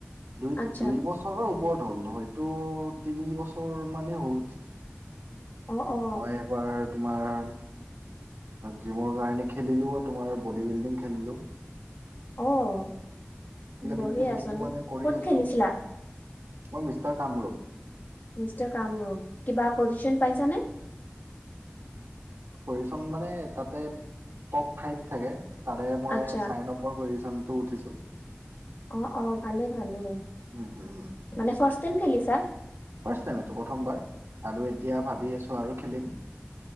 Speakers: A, on the right; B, on the left.
A: দুই,
B: আচ্ছা
A: দুই বছৰৰ ওপৰত হ'ল। হয়টো তিনি বছৰ মানেই হ'ল।
B: অ অ
A: মই এবাৰ তোমাৰ জিমৰ কাৰনে খেলিলোঁ আৰু তোমাৰ বডি বিল্ডিং খেলিলোঁ।
B: অ' বঢ়িয়াচোন
A: এক্টিভিটিটো মানে কৰি
B: ক'ত
A: আছো
B: খেলিছিলা?
A: মই মিষ্টাৰ কামৰূপ।
B: মিষ্টাৰ কামৰূপ কিবা পজিশন পাইছানে?
A: পজিশন মানে তাতে টপ ফাইভ থাকে তাৰে মই
B: আচ্ছা
A: চাৰি নম্বৰ পজিশন। টো উঠিছো।
B: অ', অ' ভালেই ভালেই
A: উম, হুম।
B: মানে ফাৰ্ষ্ট টাইম খেলিছা?
A: ফাৰ্ষ্ট টাইম এইটো প্ৰথমবাৰ আৰু এতিয়া ভাবি আছোঁ আৰু খেলিম।